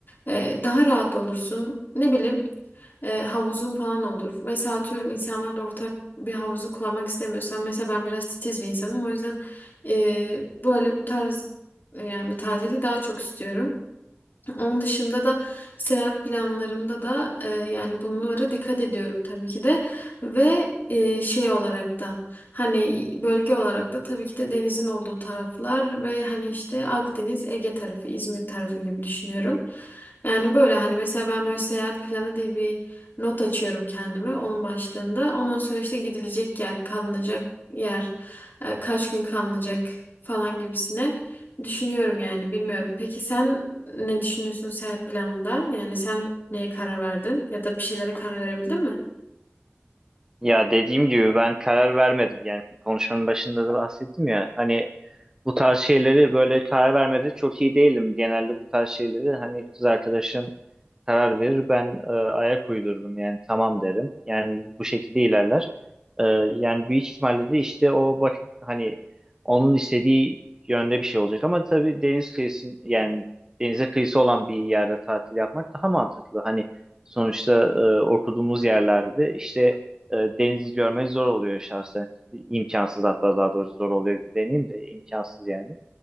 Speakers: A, on the left; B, on the right.
A: E, daha rahat olursun. Ne bileyim e, havuzun falan olur. Mesela atıyorum insanlarla ortak bir havuzu kullanmak istemiyorsan mesela ben biraz titiz bir insanım. O yüzden e, böyle bu tarz e, yani bir tatili daha çok istiyorum. Onun dışında da seyahat planlarımda da e, yani bunlara dikkat ediyorum tabii ki de ve e, şey olarak da hani bölge olarak da tabii ki de denizin olduğu taraflar ve hani işte Akdeniz, Ege tarafı, İzmir tarafı gibi düşünüyorum. Yani böyle hani mesela ben böyle seyahat planı diye bir not açıyorum kendime onun başlığında. Ondan sonra işte gidilecek yer, kalınacak yer, e, kaç gün kalınacak falan gibisine. Düşünüyorum yani bilmiyorum. Peki sen ne düşünüyorsun seyahat planında? Yani sen neye karar verdin ya da bir şeylere karar verebildin mi?
B: Ya dediğim gibi ben karar vermedim. Yani konuşmanın başında da bahsettim ya. Hani bu tarz şeyleri böyle karar vermede çok iyi değilim. Genelde bu tarz şeyleri hani kız arkadaşım karar verir. Ben e, ayak uydururum yani tamam derim. Yani bu şekilde ilerler. E, yani büyük ihtimalle de işte o bak hani onun istediği yönde bir şey olacak. Ama tabii deniz kıyısı yani denize kıyısı olan bir yerde tatil yapmak daha mantıklı. Hani sonuçta e, oturduğumuz yerlerde işte e, deniz görmek zor oluyor şahsen. İmkansız hatta daha doğrusu zor oluyor deneyim de imkansız yani.